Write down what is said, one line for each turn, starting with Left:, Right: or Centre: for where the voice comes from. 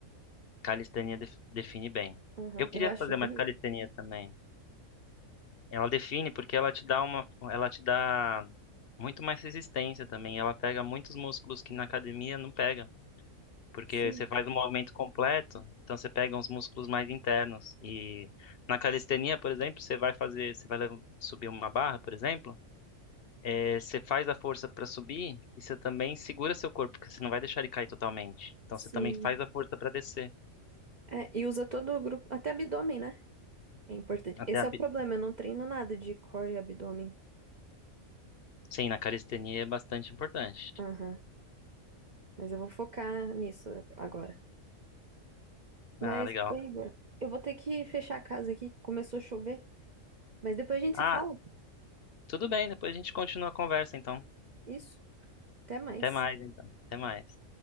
Left: Calistenia def- define bem.
Right: Uhum,
Left: Eu queria
Right: Eu acho
Left: fazer
Right: bonito.
Left: mais calistenia também. Ela define porque ela te dá uma, ela te dá muito mais resistência também. Ela pega muitos músculos que na academia não pega, porque
Right: Sim,
Left: você faz um movimento completo, então você pega uns músculos mais internos. E na calistenia, por exemplo, você vai fazer, você vai lev- subir uma barra, por exemplo, eh, você faz a força para subir e você também segura seu corpo, porque você não vai deixar ele cair totalmente. Então
Right: sim.
Left: você também faz a força para descer.
Right: É, e usa todo o grupo, até abdômen, né? É importante.
Left: Até
Right: Esse
Left: a,
Right: é
Left: bi-
Right: o problema, eu não treino nada de core e abdômen.
Left: sim, na calistenia é bastante importante.
Right: Aham. Mas eu vou focar nisso agora. Mas,
Left: Ah, legal.
Right: ô Igor, eu vou ter que fechar a casa aqui, começou a chover. Mas depois a gente
Left: ah
Right: se fala.
Left: Tudo bem, depois a gente continua a conversa, então.
Right: Isso. Até mais.
Left: Até mais, então. Até mais.